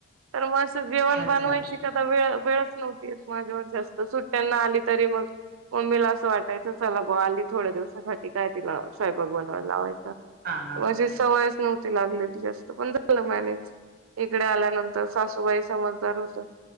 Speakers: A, on the right; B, on the right.
A: तर म असं जेवण
B: अच्छा
A: बनवायची कध द् वेळ वेळच नव्हती माझ्यावर जास्त सुट्ट्यांना आली तरी मग मम्मीला असं वाटायचं चला बवा आली थोड्या दिवसासाठी काय तिला स्वयपाक बनवायला लावायचा.
B: हा हा
A: म अशी सवयच नव्हती लागलेली जास्त, पण झालं मॅनेज इकडे आल्यानंतर सासूबाई समजदार होत्या